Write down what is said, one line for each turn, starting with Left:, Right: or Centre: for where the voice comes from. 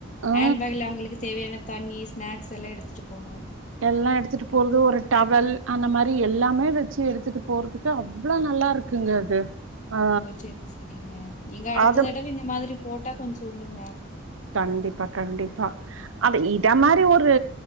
Right: ஆ
Left: ஹேண்ட்பேக்ல அவங்களுக்கு தேவையான தண்ணி ஸ்நாக்ஸ் எல்லாம் எடுத்துட்டு போணும்
Right: எல்லாம் எடுத்துட்டு போறது ஒரு டவல் அந்த மாதிரி எல்லாமே வச்சு எடுத்துட்டு போறதுக்கு அவ்வளவு நல்லா இருக்குங்க அது ஆ
Left: ஓ செரி செரிங்க நீங்க அடுத்த
Right: அது
Left: தடவை இந்த மாதிரி போட்டா கொஞ்சோ சொல்லுங்க
Right: கண்டிப்பா கண்டிப்பா அத இத மாதிரி ஒரு